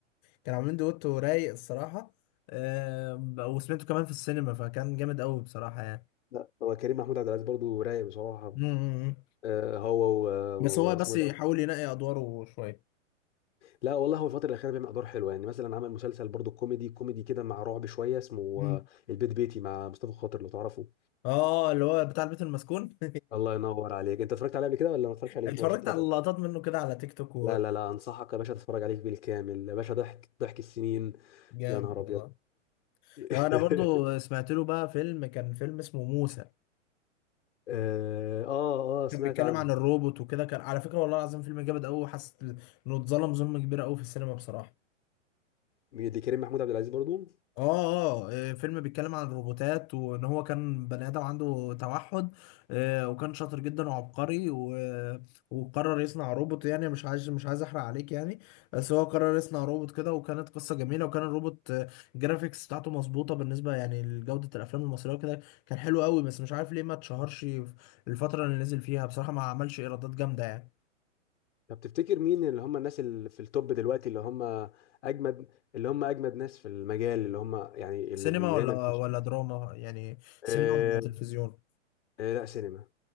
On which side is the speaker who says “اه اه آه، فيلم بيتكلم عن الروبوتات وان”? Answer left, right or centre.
Left